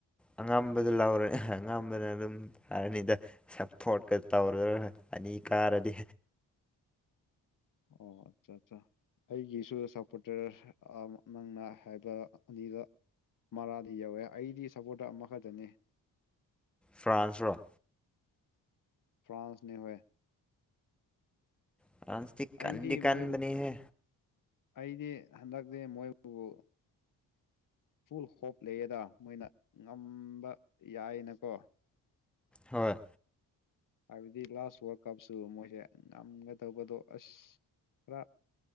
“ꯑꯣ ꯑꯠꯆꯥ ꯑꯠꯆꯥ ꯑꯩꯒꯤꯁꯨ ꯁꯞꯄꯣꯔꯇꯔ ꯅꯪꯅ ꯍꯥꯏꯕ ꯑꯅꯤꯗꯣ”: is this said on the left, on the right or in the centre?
Left